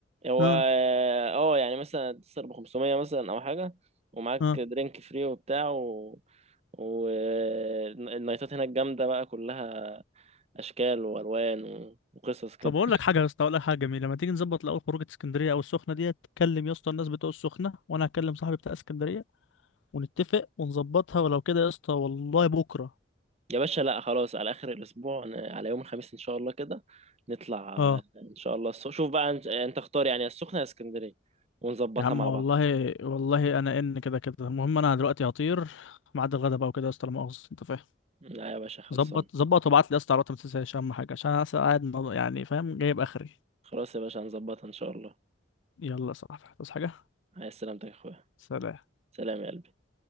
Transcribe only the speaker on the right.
هو
اه آه، يعني مثلا تسهر ب 500 مثلا أو حاجة ومعاك
درينك فري وبتاع و... والنايتات هناك جامدة بقى كلها أشكال وألوان و- وقصص كده
يا باشا لا خلاص على آخر الأسبوع ن- على يوم الخميس إن شاء الله كده نطلع آه،
إن شاء الله السخ... شوف بقى أنت أنت اختار يعني السخنة يا اسكندرية ونظبطها
مع
بعض
لا يا باشا خلصان
خلاص يا باشا هنظبطها إن شاء الله
عايز سلامتك يا أخويا
سلام يا قلبي